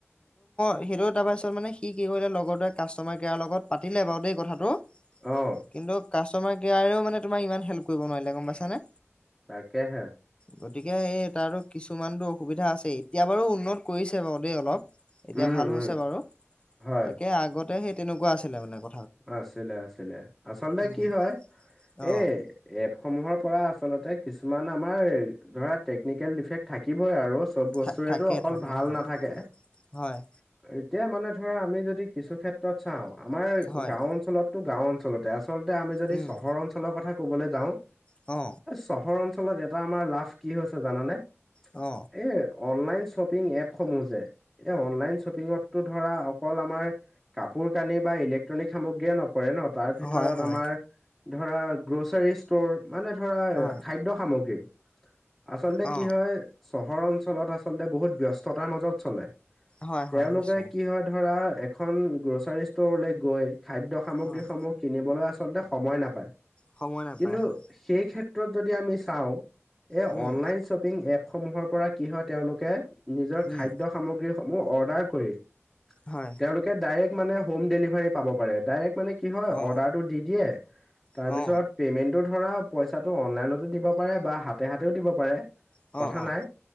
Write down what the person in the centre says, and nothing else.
অ',
তাকেহে।
উম,
উম,
হয়,
আছিলে, আছিলে আচলতে
কি হয়
এই এপসমূহৰ পৰা আচল্ত কিছুমান আমাৰ ধৰা টেকনিকেল ডিফেক্ট থাকিবই আৰু চব বস্তুৰেতটো
অকল
ভাল
নাথাকে।
এতিয়া মানে ধৰা আমি যদি কিছু ক্ষেত্ৰত চাওঁ আমাৰ
গাও অঞ্চলতটো গাও অঞ্চলতে আচল্ততে আমি যদি
চহৰ অঞ্চলৰ কথা কবলৈ যাওঁ।
চহৰ অঞ্চলত এটা আমাৰ লাভ কি হৈছে জানানে।
এ অনলাইন শ্বপিং এপসমূহ যে এই অনলাইন শ্বপিংতো ধৰা অকল আমাৰ কাপোৰ কালি বা ইলে্ একট্ৰনিক সামগ্ৰীয়ে নপৰে ন তাৰ ভিতৰত
আমাৰ ধৰা গ্ৰ'চাৰী ষ্ট'ৰ মানে ধৰা
খাদ্য সামগ্ৰী। আচলতে
কি হয় চহৰ অঞ্চলত আচলতে বহুত ব্যস্ততাৰ মাজত চলে।
তেওঁলোকে
কি হয় ধৰা এখন গ্ৰ'চাৰী ষ্টৰলে গৈ খাদ্যয় সামগ্ৰীসমূহ
কিনিবলৈ আচল্ততে সময় নাপায়।
কিন্তু
সেই ক্ষেত্ৰত যদি আমি চাওঁ এই
অনলাইন শ্বপিং এপ সমূহৰ পৰা কি হয় তেওঁলোকে নিজৰ
খাদ্যয় সামগ্ৰীসমূহ অৰ্ডাৰ কৰি
তেওঁলোকে ডাইৰেক্ট মানে হোম ডেলিভাৰী পাব পাৰে ডাইৰেক্ট মানে কি হয়
অৰ্দা দি দ তাৰপিছ
ধৰা পইচাটো অনলাইনতো দিব পাৰে। বা হাতে হাতেও দিব পাৰে।
কথা
নাই